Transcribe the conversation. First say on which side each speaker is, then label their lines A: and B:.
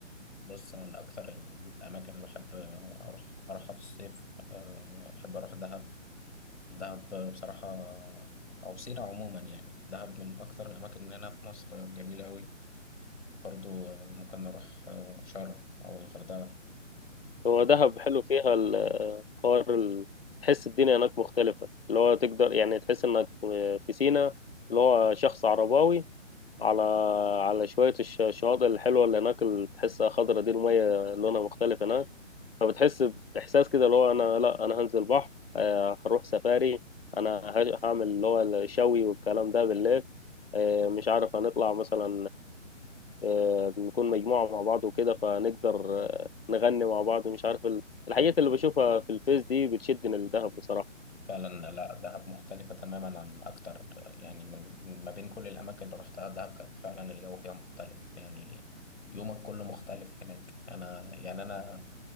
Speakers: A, on the left (about 65°); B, on the left (about 50°).
A: بص انا من اكتر الاماكن اللي بحب اروح اروحها في الصيف آه، بحب اروح دهب دهب بصراحة أو سينا عموما يعني دهب من أكتر الأماكن اللي هنا في مصر جميلة أوي برضو ممكن نروح شرم أو الغردقة
B: هو دهب حلو فيها ال- حوار ال- تحس الدنيا هناك مختلفة اللي هو تقدر يعني تحس انك في سينا اللي هو شخص عرباوي على على شوية الش- الشواطئ الحلوة اللي هناك اللي تحسها خضرة دي المية لونها مختلف هناك فبتحس بإحساس كده اللي هو أنا لأ أنا هنزل بحر آه، هروح سفاري أنا ه- هعمل اللي هو الشوي والكلام ده بالليل آه، مش عارف هنطلع مثلا آه، نكون مجموعة مع بعض وكده فنقدر آه، نغني مع بعض مش عارف ال- الحاجات اللي بشوفها في الفيس دي بتشدني للدهب بصراحة
A: فعلا لا دهب مختلفة تماما عن أكتر يعني من من- ما بين كل الأماكن اللي روحتها دهب كانت فعلا الجو فيها مختلف يعني يومك كله مختلف هناك أنا يعني أنا